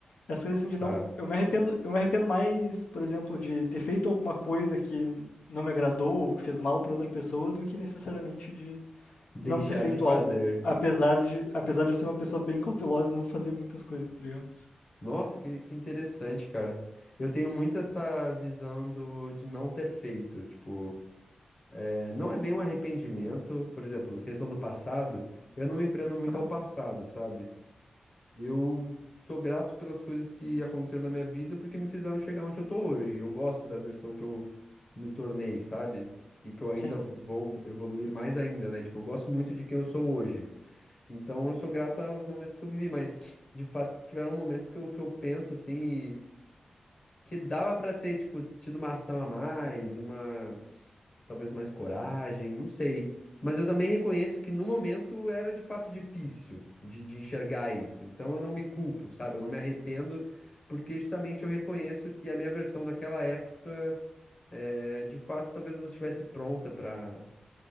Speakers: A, on the left (about 65°); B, on the left (about 30°).
A: As coisas assim de não.
B: tá
A: Eu me arrependo, eu me arrependo mais, por exemplo, de ter feito alguma coisa que não me agradou ou que fez mal para outra pessoa do que necessariamente de
B: deixar
A: não ter feito
B: de fazer.
A: algo. Apesar de, apesar de eu ser uma pessoa bem cautelosa e não fazer muitas coisas, tá ligado?
B: Nossa, que, que interessante, cara. Eu tenho muito essa visão do, de não ter feito. Tipo, é, não é bem um arrependimento. Por exemplo, questão do passado, eu não me prendo muito
A: Aham.
B: ao passado, sabe? Eu sou grato pelas coisas que aconteceram na minha vida porque me fizeram chegar onde eu tô hoje. Eu gosto da versão que eu me tornei, sabe? E que eu ainda
A: Sim,
B: vou evoluir mais ainda, né? Tipo, eu gosto muito de quem eu sou hoje. Então eu sou grato aos momentos que eu vivi, mas de fato tiveram momentos que eu, que eu penso assim e que dava pra ter, tipo, tido uma ação a mais, uma talvez mais coragem, não sei. Mas eu também reconheço que no momento era de fato difícil de, de enxergar isso. Então eu não me culpo, sabe? Eu não me arrependo, porque justamente eu reconheço que a minha versão daquela época, é, de fato, talvez eu não estivesse pronta para